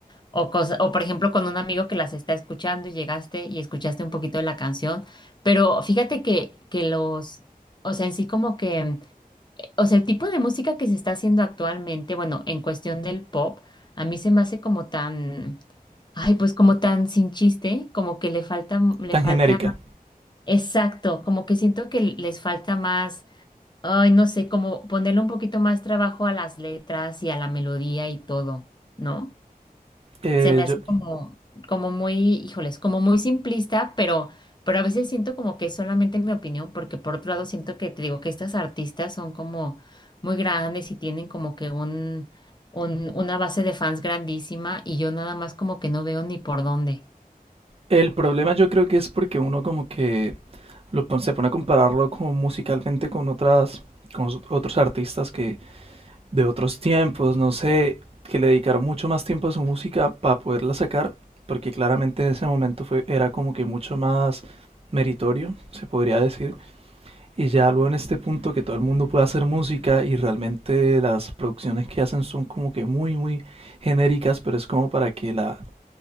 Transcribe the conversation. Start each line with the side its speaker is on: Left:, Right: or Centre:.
Left: o cosa, o por ejemplo con un amigo que las está escuchando y llegaste y escuchaste un poquito de la canción, pero fíjate que, que los, o sea, en sí como que O sea, el tipo de música que se está haciendo actualmente, bueno, en cuestión del pop, a mí se me hace como tan, ay, pues como tan sin chiste, como que le falta, le
Right: tan
Left: falta,
Right: genérica.
Left: exacto, como que siento que les falta más, ay, no sé, como ponerle un poquito más trabajo a las letras y a la melodía y todo, ¿no?
Right: Eh,
Left: se me hace
Right: yo-
Left: como, como muy, híjoles, como muy simplista, pero, pero a veces siento como que es solamente mi opinión, porque por otro lado siento que te digo que estas artistas son como muy grandes y tienen como que un, un, una base de fans grandísima y yo nada más como que no veo ni por dónde.
Right: el problema yo creo que es porque uno como que lo, pon- se pone a compararlo como musicalmente con otras, con os- otros artistas que, de otros tiempos, no sé, que le dedicaron mucho más tiempo a su música para poderla sacar, porque claramente en ese momento fue, era como que mucho más meritorio, se podría decir, y ya luego en este punto que todo el mundo puede hacer música y realmente las producciones que hacen son como que muy, muy genéricas, pero es como para que la,